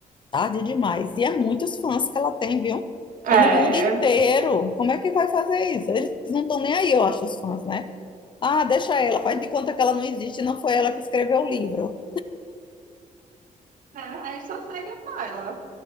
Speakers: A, on the left (about 35°); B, on the right (about 70°).
A: Tarde demais. E é muitos fãs que ela tem, viu?
B: É,
A: É no mundo inteiro. Como é que vai fazer isso? Eles não estão nem aí, eu acho, os fãs, né? Ah, deixa ela, faz de conta que ela não existe, não foi ela que escreveu o livro.
B: é, aí só segue a ela.